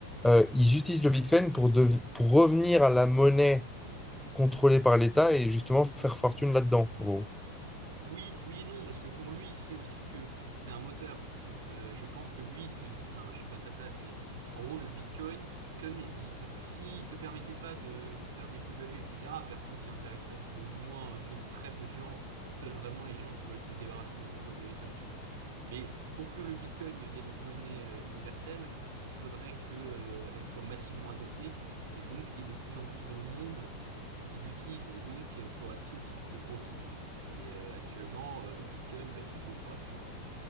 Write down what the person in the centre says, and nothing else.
euh, ils utilisent le Bitcoin pour, dev- pour revenir à la monnaie contrôlée par l'État et justement faire fortune là-dedans. en gros.